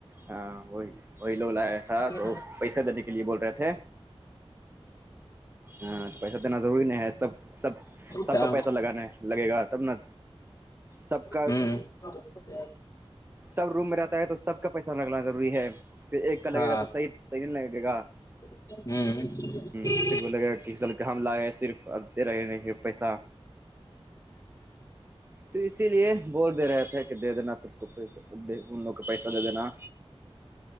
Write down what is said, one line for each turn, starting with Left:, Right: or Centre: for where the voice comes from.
Right: ہاں وہی وہی لوگ لایا
Left: ہوں
Right: تھا تو پیسہ دینے کے لیے بول رہے تھے ہاں تو پیسہ دینا ضروری نہیں ہے سب سب سب
Left: تب
Right: کا پیسہ لگانا ہے لگے گا تب نا سب کا
Left: ہوں <inaudible>
Right: سب روم میں رہتا ہے تو سب کا پیسہ لگنا ضروری ہے تو پھر ایک کا لگے
Left: ہاں
Right: گا تو صحیح صحیح نہیں لگے گا
Left: ہوں
Right: کسی ہم لایے صرف اتے رہے نہیں پیسہ تو اسی لیے بول دے رہے تھے کہ دے دینا سب کو پیسہ ان لوگ کو پیسہ دے دینا